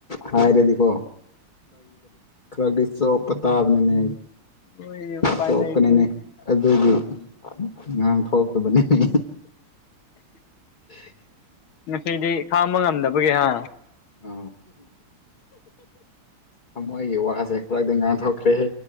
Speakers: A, on the left (about 25°); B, on the left (about 75°).
A: ꯍꯥꯏꯔꯗꯤꯀꯣ ꯈꯔ ꯆꯣ ꯄꯇꯥꯥꯕꯅꯦꯅꯦ
B: ꯅꯣꯏꯗꯤ ꯎꯄꯥꯏ
A: ꯆꯣꯄꯅꯦꯅꯦ
B: ꯂꯩꯇꯦꯅꯦ
A: ꯑꯗꯨꯗꯤ ꯑꯉꯥꯡ ꯊꯣꯛꯂꯛꯇꯕꯅꯤꯅꯦ ꯍ
B: ꯉꯁꯤꯗꯤ ꯈꯥꯡꯕ ꯉꯝꯗꯕꯒꯤꯦ ꯍꯥ
A: ꯑ ꯊꯃꯣꯏꯒꯤ ꯋꯥꯁꯦ ꯈꯔꯗꯤ ꯉꯥꯡꯊꯣꯛꯈ꯭ꯔꯦ